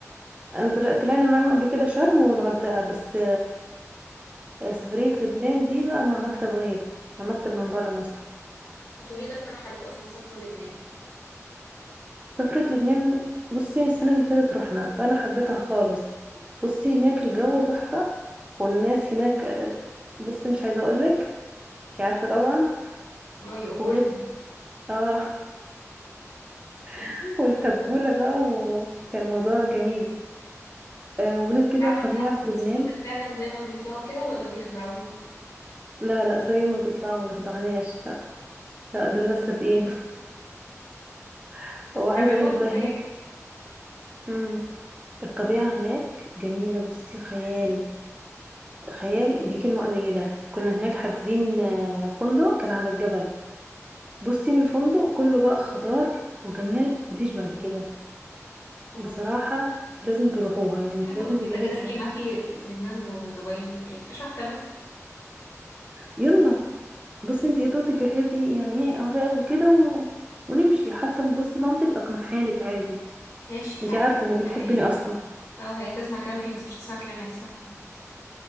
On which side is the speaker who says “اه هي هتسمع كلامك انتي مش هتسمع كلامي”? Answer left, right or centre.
Left